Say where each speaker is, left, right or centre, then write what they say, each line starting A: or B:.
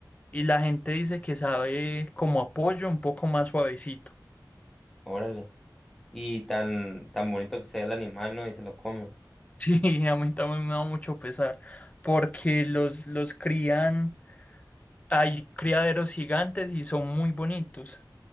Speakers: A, on the left (about 20°); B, in the centre.
A: y la gente dice que sabe como a pollo un poco más suavecito. <laughs>
B: Órale. y tan, tan bonito que se ve el animal, ¿no? Y se lo comen.
A: Sí, a mí también me da mucho pesar porque los, los crían, hay criaderos gigantes y son muy bonitos